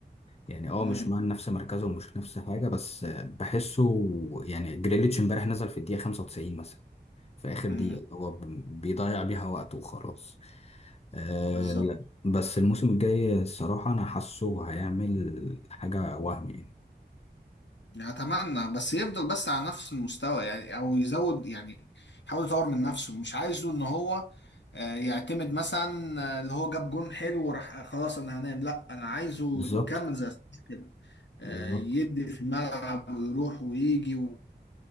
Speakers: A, on the left; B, on the left.
A: يعني اه
B: مم.
A: مش مع نفس مركزه ومش نفس حاجه بس آه، بحسه يعني جريليتش امبارح نزل في الدقيقه 95 مثلا في آخر
B: امم
A: دقيقة اللي هو ب- بيضيع بيها وقته وخلاص آه
B: بالظبط
A: لا. بس الموسم الجاي الصراحة أنا حاسه هيعمل حاجة وهم يعني
B: يعني اتمنى بس يفضل بس على نفس المستوى يعني او يزود يعني يحاول يطور من نفسه مش عايزه ان هو آه، يعتمد مثلا آه، اللي هو جاب جون حلو وراح آه، خلاص انا هنام لا انا عايزه
A: بالظبط
B: يكمل زي صلاح كده آه،
A: بالظبط
B: يدي في الملعب ويروح ويجي